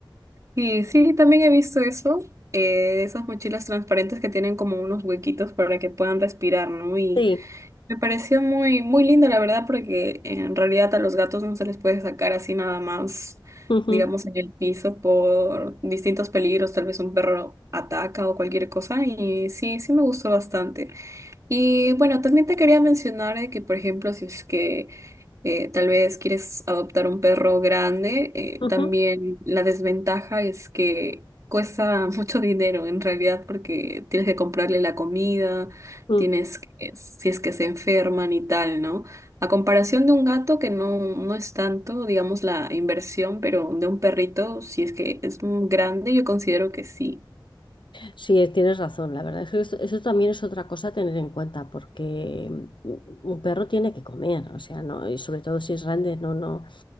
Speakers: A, on the right; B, on the left.
A: Sí, sí, también he visto eso, eh, esas mochilas transparentes que tienen como unos huequitos para que puedan respirar, ¿no? Y
B: Sí.
A: me pareció muy, muy lindo, la verdad, porque en realidad a los gatos no se les puede sacar así nada más,
B: Ujú,
A: digamos, en el piso por distintos peligros, tal vez un perro ataca o cualquier cosa, y sí, sí me gustó bastante. Y bueno, también te quería mencionar de que, por ejemplo, si es que eh, tal vez quieres adoptar un perro grande, eh,
B: ujú,
A: también la desventaja es que cuesta <laughs> mucho dinero en realidad porque tienes que comprarle la comida,
B: ujú.
A: tienes que, eh, si es que se enferman y tal, ¿no? A comparación de un gato que no, no es tanto, digamos, la inversión, pero de un perrito, si es que es un grande, yo considero que sí.
B: Sí, es- tienes razón. La verdad es que eso, eso también es otra cosa a tener en cuenta, porque mm, un perro tiene que comer, o sea, no, y sobre todo si es grande, no, no,